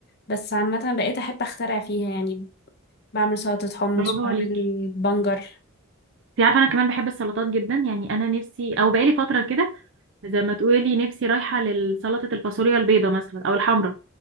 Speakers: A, on the left; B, on the right.
A: بس عامة بقيت احب اخترع فيها يعني بعمل سلطة حمص
B: برافو
A: بعمل
B: عليكي
A: بنجر
B: انت عارفه انا كمان بحب السلطات جدا يعني انا نفسي او بقالي فتره كده زي ما تقولي نفسي رايحة لسلطة الفاصوليا البيضة مثلا أو الحمرا